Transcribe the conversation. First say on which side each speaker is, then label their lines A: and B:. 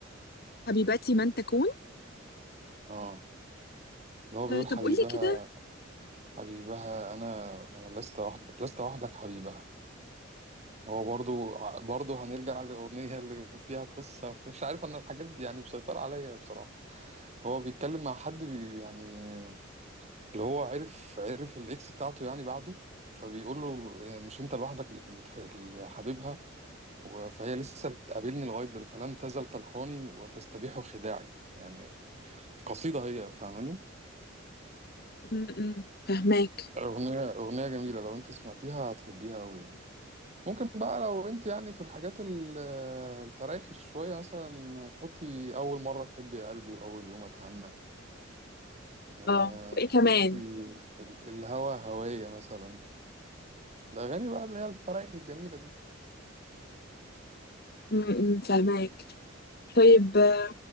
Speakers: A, on the left; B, on the right.
A: حبيبتي من تكون
B: اه اللي هو بيقول
A: أه، طب
B: حبيبها
A: قولي كده
B: حبيبها أنا آه، لست وحد لست وحدك حبيبها هو برضو برضو هنرجع للأغنية اللي فيها قصة <laughs> مش عارف أنا الحاجات دي يعني مسيطرة عليا بصراحة هو بيتكلم مع حد بي يعني اللي هو عرف عرف الإكس بتاعته يعني بعده فبيقول له آه، مش أنت لوحدك اللي بتح- اللي حبيبها و- فهي لسه بتقابلني لغاية دل فلم تزل تلقاني وتستبيح خداعي يعني قصيدة هي فاهماني
A: م- م، فهماك
B: أغنية أغنية جميلة لو أنت سمعتيها هتحبيها أوي يعني ممكن بقى لو انت يعني في الحاجات ال- الفرايح شوية مثلا تحطي أول مرة تحبي يا قلبي وأول يوم أتهنى أه
A: اه وايه
B: تحطي
A: كمان
B: ال- الهوا هواية مثلا الأغاني بقى اللي هي الفرايح الجميلة دي
A: م- م، فهماك طيب آه،